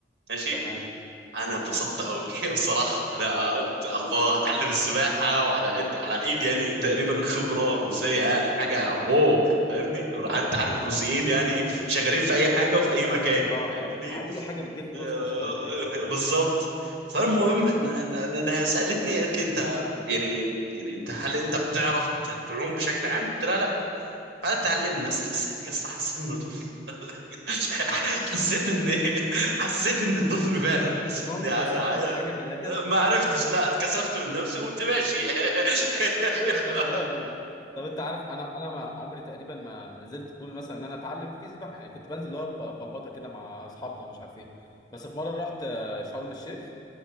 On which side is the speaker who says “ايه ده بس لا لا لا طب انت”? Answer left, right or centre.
Left